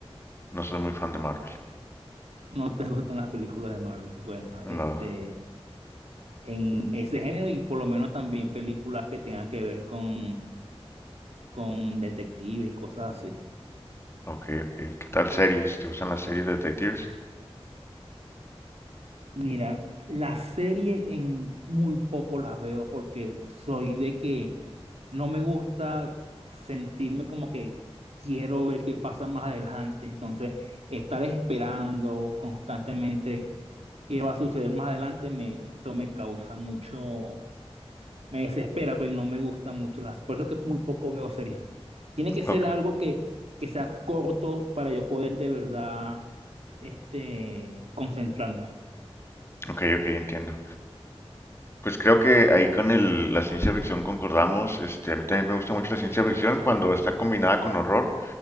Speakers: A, on the left; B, on the right.
A: No soy muy fan de Marvel.
B: No te <laughs> gustan las películas de Marvel. Bueno,
A: No,
B: este, en ese género y por lo menos también películas que tengan que ver con, con detectives y cosas así.
A: ok, ok. ¿Qué tal series? ¿Te gustan las series de detectives?
B: Mira, las series en muy poco las veo porque soy de que no me gusta sentirme como que quiero ver qué pasa más adelante. Entonces, estar esperando constantemente qué va a suceder más adelante me, eso me causa mucho Me desespera, pero no me gustan mucho las. Por eso que muy poco veo series. Tiene que ser
A: Ok,
B: algo que, que sea corto para yo poder de verdad este, concentrarme.
A: ok, ok, entiendo. Pues creo que ahí con el- la ciencia ficción concordamos. Este, a mí también me gusta mucho la ciencia ficción cuando está combinada con horror.